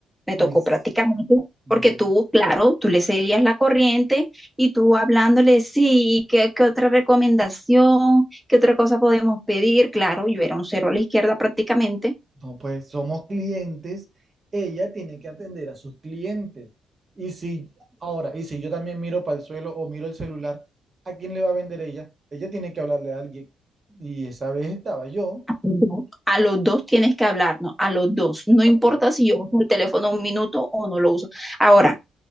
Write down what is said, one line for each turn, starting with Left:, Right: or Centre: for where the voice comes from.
Centre: me
Right: Pues,
Centre: tocó prácticamente,
Right: no,
Centre: porque tú, claro, tú le seguías la corriente y tú hablándole, sí, ¿qué, qué otra recomendación? ¿Qué otra cosa podemos pedir? Claro, yo era un cero a la izquierda prácticamente.
Right: no, pues somos clientes. Ella tiene que atender a sus clientes. Y si, ahora, y si yo también miro para el suelo o miro el celular, ¿a quién le va a vender ella? Ella tiene que hablarle a alguien. Y esa vez estaba yo.
Centre: Ujú. A los dos tienes que hablarnos, a los dos. No importa
Right: Ok.
Centre: si yo uso el teléfono un minuto o no lo uso. Ahora,